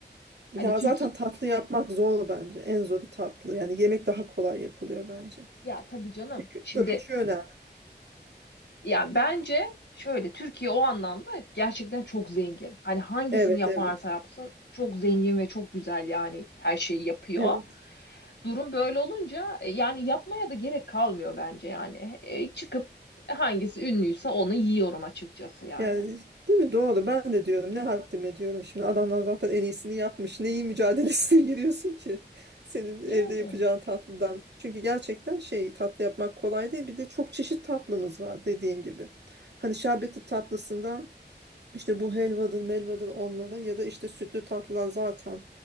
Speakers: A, on the right; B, on the left.
A: Ya
B: Hani Türkiye
A: zaten tatlı yapmak zor bence. En zoru tatlı. Yani yemek daha kolay yapılıyor bence.
B: ya tabii canım.
A: Çünkü
B: Şimdi
A: ölçü önemli.
B: Yani bence şöyle Türkiye o anlamda gerçekten çok zengin. Hani hangisini
A: Evet,
B: yaparsa
A: evet.
B: yapsın çok zengin ve çok güzel yani her şeyi yapıyor.
A: Evet.
B: Durum böyle olunca e, yani yapmaya da gerek kalmıyor bence yani. E, çıkıp hangisi ünlüyse onu yiyorum açıkçası yani.
A: Yani değil mi? Doğru. Ben de diyorum. Ne haddime diyorum. Şimdi adamlar zaten en iyisini yapmış. neyi mücadelesine <laughs> giriyorsun ki? Senin evde
B: Yani
A: yapacağın tatlıdan. Çünkü gerçekten şey tatlı yapmak kolay değil. Bir de çok çeşit tatlımız var dediğin gibi. Hani şerbetli tatlısından işte bu helvadır, melvadır onlara ya da işte sütlü tatlılar zaten